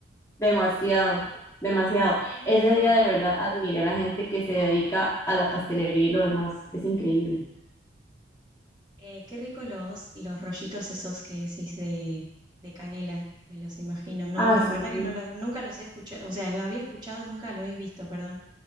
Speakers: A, on the left; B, on the right.
A: demasiado, demasiado.
B: Qué rico.
A: Ese día de verdad admiré a la gente que se dedica a la pastelería y lo demás. Es increíble.
B: Eh, qué rico los, los rollitos esos que decís de, de canela, me los imagino. No,
A: Ay,
B: los-
A: son...
B: la verdad que
A: muy-
B: no los, nunca los he escuchado, o sea, los había escuchado, nunca los he visto, perdón.